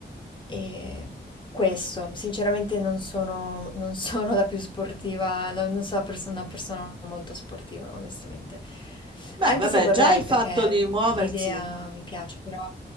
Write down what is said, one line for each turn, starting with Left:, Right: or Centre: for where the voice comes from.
Left: e questo, sinceramente non sono, non sono la più sportiva, la- non sono pers- una persona molto sportiva, onestamente.
Right: Beh,
Left: Anche
Right: vabbè,
Left: se vorrei,
Right: già il
Left: perché
Right: fatto di muoversi
Left: l'idea mi piace, però...